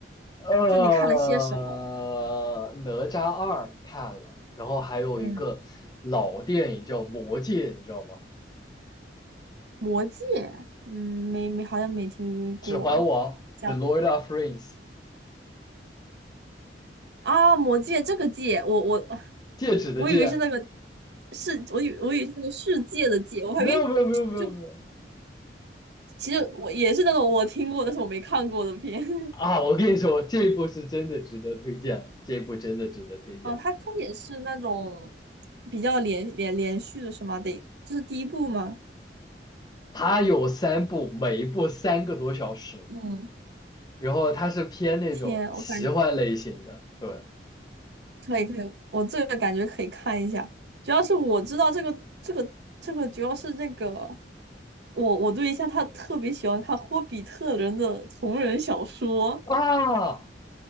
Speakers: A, on the left; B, on the right.
A: 呃，
B: 就你看了些什么？
A: 哪吒二看了，然后还有一个老电影叫《魔戒》，
B: 嗯，
A: 你知道吗？
B: 《魔戒》，嗯，没没，好像没听过。
A: 《指环王》The
B: 讲
A: Lord of Rings，
B: 啊，《魔戒》这个戒，我我
A: 戒指的戒。
B: 我以为是那个世，我以我以为是那个世界的界，我还以为
A: 没有没有没有没有没有
B: <tsk>。就。其实我也是那种我听过但是我没看过的片。<laughs>
A: 啊！我跟你说，这部是真的值得推荐，这部真的值得推荐。
B: 哦，它它也是那种比较连连连续的是吗？得，这是第一部吗？
A: 它有三部，每一部三个多小时，
B: 嗯，
A: 然后它是偏那种奇幻类型的。
B: 天，我感
A: 对
B: 可以可以，我这个感觉可以看一下。主要是我知道这个这个这个，主要是那个我我对象他特别喜欢看《霍比特人》的同人小说。
A: 啊，